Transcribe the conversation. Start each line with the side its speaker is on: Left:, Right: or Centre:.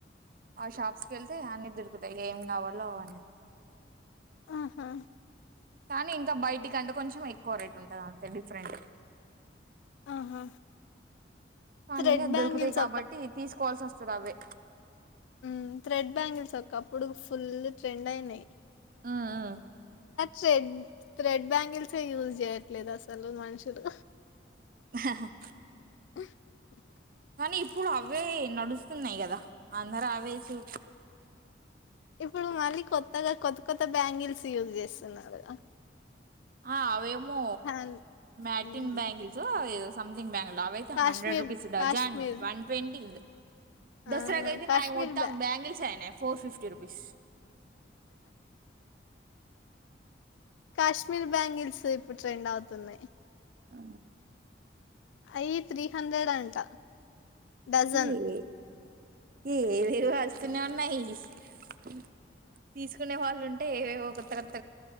Right: ఆ షాప్స్ కెళ్తె అన్నీ దొరుకుతాయి ఏం గావాలో అన్నీ
Left: ఆహా
Right: కానీ ఇంకా బయటికి అంటే కొంచెం ఎక్కువ రేట్ ఉంటుది అంతే డిఫరెంట్
Left: ఆహా
Right: కానీ
Left: థ్రెడ్
Right: అద్
Left: బ్యాంగిల్స్
Right: దొరుకుతాయి కాబట్టి తీసుకోవాల్సి వస్తుంది అవే
Left: ఉం థ్రెడ్ బ్యాంగిల్స్ ఒక అప్పుడు ఫుల్ ట్రెండ్ అయినాయి
Right: ఆ ఆ
Left: షేన్ థ్రెడ్ బ్యాంగిల్స్ ఎ యూజ్ చేయట్లేదు అసలు మనుషులు
Right: <unintelligible>
Left: <unintelligible>
Right: కానీ ఇప్పుడు అవే నడుస్తున్నాయి కదా అందరూ అవే చూ
Left: ఇప్పుడు మళ్ళీ కొత్తగా కొత్త కొత్త బ్యాంగిల్స్ యూజ్ చేస్తున్నారు
Right: ఆ అవేం మో
Left: హ్యాన్
Right: మ్యాటిన్
Left: హ్మ్
Right: బ్యాంగిల్స్ ఉ అదేద్ సంథింగ్ బ్యాంగిల్ అవైతే
Left: Kashmir
Right: hundred rupees dozen
Left: Kashmir
Right: one twenty దసరాకి
Left: ఆ
Right: అయితే
Left: కాశ్మీర్
Right: న మొత్తాం
Left: బ్యా
Right: బ్యాంగిల్స్ అయినాయి ఫోర్ ఫిఫ్ తర్పిస్
Left: కాశ్మీర్ బ్యాంగిల్స్ ఇప్పుడు ట్రెండ్ అవుతున్నాయి్
Right: ఆ
Left: అయి త్రీ హండ్రెడ్ అంట డజన్.
Right: ఏ ఏ వరు వస్తుకునే ఉన్నాయి అ తీసుకునే వాళ్ళు ఉంటే ఏవేో ఒక ఇగట్